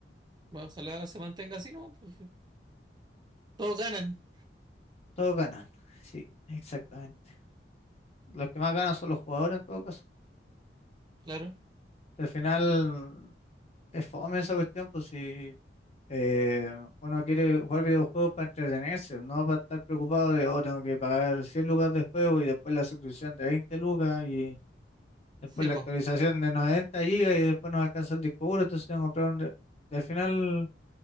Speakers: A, on the right; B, on the left.
A: Bueno, ojalá se mantenga así, ¿no? Pues, sí. todos ganan,
B: Todos ganan, <laughs> sí, exactamente. Los que más ganan son los jugadores en todo caso.
A: claro.
B: Al final es fome esa cuestión, pues si Eh, uno quiere jugar videojuegos para entretenerse, no para estar preocupado de, oh, tengo que pagar 100 lucas de juego y después la suscripción de 20 lucas y después
A: Sí,
B: la
A: pues.
B: actualización de 90 gigas y después no me alcanza el disco duro, entonces tengo que comprar un... re-". Y al final,